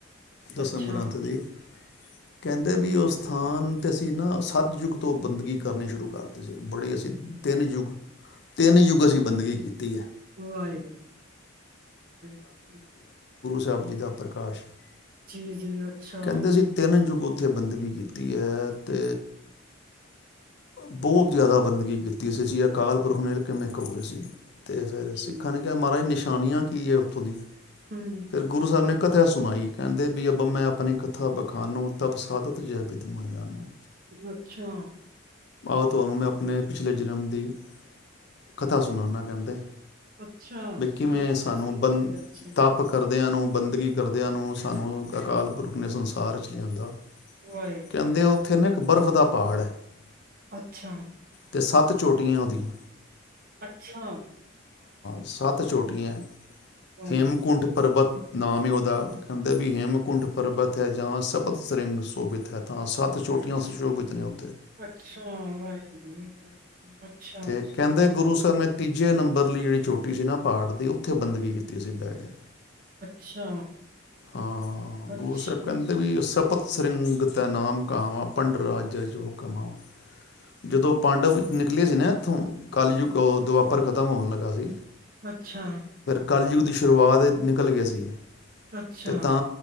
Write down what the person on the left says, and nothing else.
ਦਸਮ
ਗ੍ਰੰਥ ਦੀ ਕਹਿੰਦੇ
ਵੀ ਉਹ ਸਥਾਨ ਤੇ ਅਸੀਂ ਨਾ ਸੱਤਯੁੱਗ ਤੋਂ ਬੰਦਗੀ ਕਰਨੇ ਸ਼ੁਰੂ ਕਰਤੇ ਸੀ ਬੜੇ ਅਸੀਂ ਤਿੰਨ ਯੁੱਗ ਤਿੰਨ ਯੁੱਗ ਅਸੀਂ ਬੰਦਗੀ ਕੀਤੀ ਹੈ
ਸ਼ਹਿਬ ਜੀ ਦਾ ਪ੍ਰਕਾਸ਼ <unintelligible>
ਕਹਿੰਦੇ ਸੀ ਤਿੰਨ ਯੁੱਗ ਉੱਥੇ ਬੰਦਗੀ ਕੀਤੀ ਹੈ ਤੇ ਬਹੁਤ ਜ਼ਿਆਦਾ ਬੰਦਗੀ ਕੀਤੀ ਸੀ ਅਸੀ ਅਕਾਲ ਪੁਰਖ ਨੇ ਮਿਲ ਕੇ ਮੈਂ ਕ ਗਸੀ <unintelligible> ਅਤੇ ਫਿਰ
ਸਿੱਖਾਂ ਨੇ ਕਿਹਾ ਮਾਹਰਾਜ ਨਿਸ਼ਾਨੀਆਂ ਕੀ ਹੈ ਉੱਥੋਂ ਦੀ
ਫਿਰ ਗੁਰੂ ਸਾਹਿਬ ਨੇ ਕਥਾ ਸੁਣਾਈ ਕਹਿੰਦੇ ਵੀ ਅੱਬ ਮੈਂ ਆਪਣੀ ਕਥਾ ਵਿਖਾਨੂੰ ਤਬ ਸਾਧਤ ਜੈਬਿਦ ਮੋਇ ਜਾਣੋ
ਆਓ ਤੁਹਾਨੂੰ ਮੈਂ ਆਪਣੇ ਪਿਛਲੇ ਜਨਮ ਦੀ ਕਥਾ ਸੁਣਾਉਂਦਾ ਕਹਿੰਦੇ
ਵੀ ਕਿਵੇਂ
ਸਾਨੂੰ
ਬੰ
ਤਪ ਕਰਦਿਆਂ ਨੂੰ ਬੰਦਗੀ ਕਰਦਿਆਂ ਨੂੰ ਸਾਨੂੰ ਅਕਾਲ ਪੁਰਖ ਨੇ ਸੰਸਾਰ ਚ ਲਿਆਂਂਦਾ
ਕਹਿੰਦੇ
ਉੱਥੇ ਨਾ ਇੱਕ ਬਰਫ਼ ਦਾ ਪਾੜ <unintelligible>
ਅਤੇ ਸੱਤ ਚੋਟੀਆਂ ਉਹਦੀਆਂ
ਸੱਤ ਚੋਟੀਆਂ
ਹੇਮਕੁੰਠ ਪਰਬਤ ਨਾਮ ਹੀ ਉਹਦਾ ਕਹਿੰਦੇ ਵੀ ਹੇਮਕੁੰਟ ਪਰਬਤ ਹੈ ਜਹਾਂ ਸਪਤ ਸਰਿੰਗ ਸ਼ੋਭਿਤ ਹੈ ਤਾਂ ਸੱਤ ਚੋਟੀਆਂ ਸੁਸ਼ੋਭਿਤ ਨੇ ਉਹ
ਤੇ ਕਹਿੰਦੇ ਗੁਰੂ ਸਾਹਿਬ ਨੇ ਤੀਜੇ ਨੰਬਰ ਲਈ ਜਿਹੜੀ ਚੋਟੀ ਸੀ ਨਾ ਪਹਾੜ ਦੀ ਉੱਥੇ ਬੰਦਗੀ ਕੀਤੀ ਸੀ ਬਹਿ
ਹਾਂ
ਗੁਰੂ ਸਾਹਿਬ ਕਹਿੰਦੇ ਵੀ ਸਪਤ ਸਿੰਘ ਤੈ ਨਾਾਮ ਕਹਾਵਾਂ ਭੰਡ ਰਾਜ ਜੋ ਕਮਾਂ ਜਦੋਂ ਪਾਂਡਵ ਨਿਕਲੇ ਸੀ ਨਾ ਇਥੋਂ ਕੱਲ੍ਹਯੁਗ ਦੁਆਪਰ ਖ਼ਤਮ ਹੋਣ ਲੱਗਾ ਸੀ
ਕੱਲਯੁੱਗ ਦੀ ਸ਼ੁਰੂਆਤ ਨਿਕਲ ਗਏ ਸੀਗੇ
ਅਤੇ ਤਾਂ